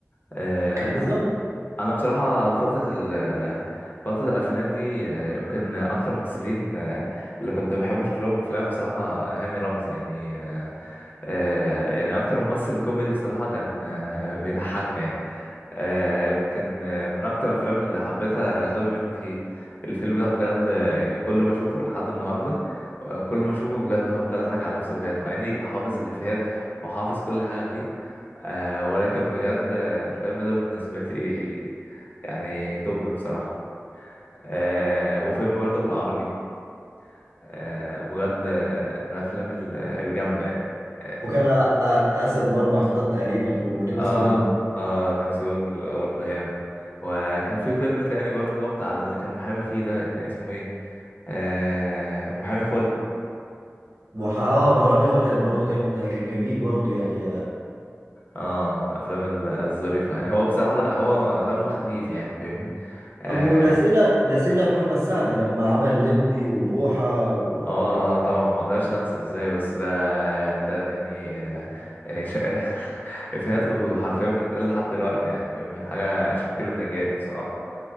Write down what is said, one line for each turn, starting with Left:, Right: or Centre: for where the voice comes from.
Left: آه
Right: بالظبط
Left: انا بصراحه فتره ال فتره الالفينات دي آه، يمكن اكتر ممثلين آه، اللي كنت بحب اشوف لهم افلام بصراحه هاني رمزي يعني آه، آه، يعني اكتر ممثل كوميدي بصراحة كان آه، بيضحكني يعني آه، يمكن آه، من اكتر الافلام اللي حبيتها غبي منه فيه الفيلم ده بجد آه، يعني كل ما اشوفه لحد النهاردة آه، كل ما اشوفه بجد هفضل اضحك على نفس الافيهات مع اني حافظ الافيهات وحافظ كل حاجة فيه آه، ولكن بجد آه، الفيلم ده بالنسبة لي يعني توب بصراحة آه، وفيلم برضه بالعربي آه، بجد آه، من الافلام ال- الجامدة يعني آه،
Right: وكان أ- اسد واربع خطط تقريبا ونمس
Left: اه
Right: بوند
Left: اه نمسي بون برضه جامد وكان في فيلم تاني برضه اللي هو بتاع اللي كان محامي فيه ده كان اسمه ايه آه محامي خلع
Right: مح... اه محامي خلع برضه كان كان جميل برضه يعني
Left: اه من الافلام ال- الظريفه يعني هو بصراحه لا هو دمه خفيف يعني فاهمني اه
Right: طب ونسينا نسينا محمد سعد لما عمل ليمبي وبوحه و...
Left: اه آه، طبعا ما اقدرش انسى ازاي بس ده ده يعني آه، يعني شا... <laughs> افيهاته حرفيا بتتقال لحد دلوقتي يعني فاهمني حاجه شكلت اجيال بصراحه